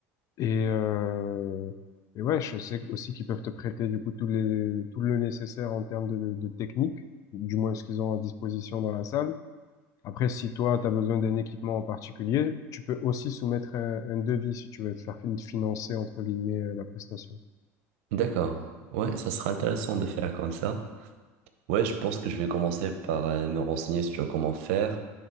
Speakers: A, on the left; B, on the right.
A: Et, euh, et ouais, je sais aussi qu'ils peuvent te prêter du coup tous les, tout le nécessaire en termes de, de, de technique, du moins ce qu'ils ont à disposition dans la salle. Après, si toi, tu as besoin d'un équipement en particulier, tu peux aussi soumettre un, un devis si tu veux te faire fin- financer, entre guillemets, euh, la prestation.
B: D'accord. Ouais, ça sera intéressant de faire comme ça. Ouais, je pense que je vais commencer par euh, me renseigner sur comment faire.